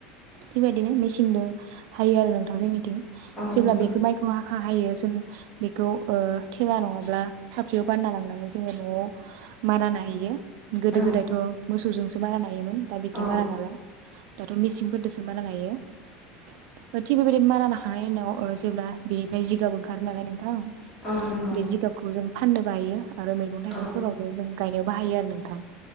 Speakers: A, on the right; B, on the left.
A: थिबायदिनो मेचिनदो हायो आरो नोंथां जोंनिथिं।
B: औ नंगौ
A: जेब्ला बेखो माइखो हाखा हायो जों बेखौ ओ थेला नङाब्ला फाफ्लियाव बानना लांनानै जोङो न'आव मारा नाहैयो। गोदो
B: औ
A: गोदायथ' मोसौजोंसो मारा नायोमोन दा बिदि
B: औ
A: मारा नाला दाथ' मिसि सिनफोरदोसो मारा नायो। थि बेबायदिनो मारा नाखांनायनि उनाव ओ जेब्ला बेनिफ्राय जिगाब ओंखारो नालाय नोंथां
B: औ नंगौ
A: बे जिगाबखौ जों फाननोबो हायो आरो मैगं थाइगंफोरावबो
B: औ
A: जों गायनायाव बाहायोबो आरो नोंथां।